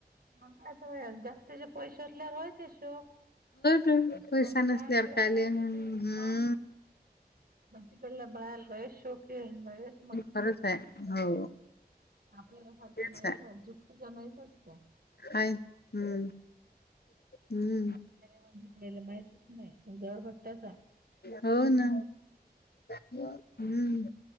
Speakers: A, on the right; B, on the left.
A: म काय तर जास्तचे पैसे असल्यावर होय ते शोक
B: ना
A: सोन
B: पैसा नसल्यावर
A: गाहन ठेवुन
B: काले
A: माहित
B: हम्म
A: ते मग बटी तला बाहेर लय शोक आहे लईच मटकी
B: खरंच आहे हो.
A: आपल्यालासारखा
B: तेच
A: नाहीच
B: आहे
A: झुकच्या नाहीसच त्या.
B: हाय हम्म. हम्म
A: म्हणजे त्याला माहितच नाही धडपट्ट्याच आहे.
B: हो ना. हम्म.